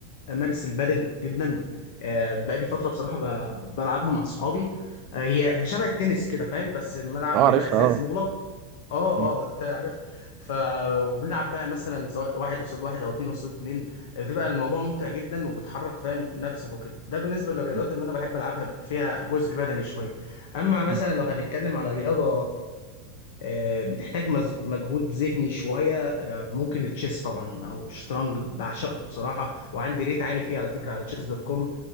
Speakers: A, on the left; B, on the right.
A: امارس البادل جدا آه، بقالي فتره بصراحه ب- بلعبها مع اصحابي آه، هي هي شبه التنس كده فاهم بس الملعب
B: اه
A: بيبقى
B: عارفها
A: ازاز
B: اه
A: مغلق اه
B: م-
A: اه انت عارف ف وبنلعب بقى مثلا سواء واحد قصاد واحد او اتنين قصاد اتنين آه، بتبقى الموضوع ممتع جدا وبتحرك فاهم نفسك وكده ده بالنسبه للرياضات
B: م-
A: اللي انا بحب العبها فيها جزء بدني شويه اما مثلا
B: م.
A: لو هنتكلم على رياضه آه، بتحتاج مز- مجهود ذهني شوية آه، ممكن التشيس طبعا أو الشطرنج بعشقه بصراحة وعندي ريت عالي فيه على فكرة على تشيس دوت كوم